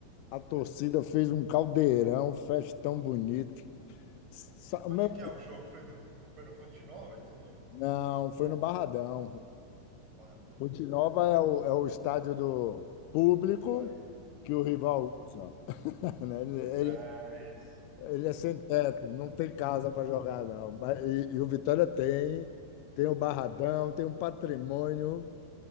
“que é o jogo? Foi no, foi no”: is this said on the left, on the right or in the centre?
Right